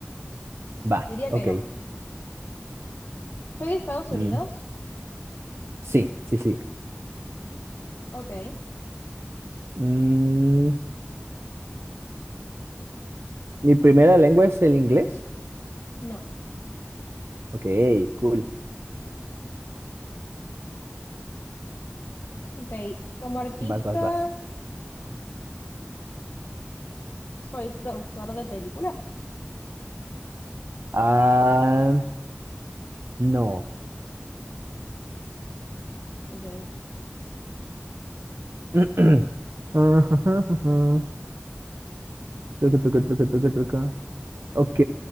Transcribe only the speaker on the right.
va.
Ok.
Mm,
sí, sí, sí.
Mm, mi primera lengua es el inglés.
Ok, cool.
Vas, vas, vas.
Ah, no.
<clears throat> <laughs> Truca, truca, truca, truca, truca. Ok.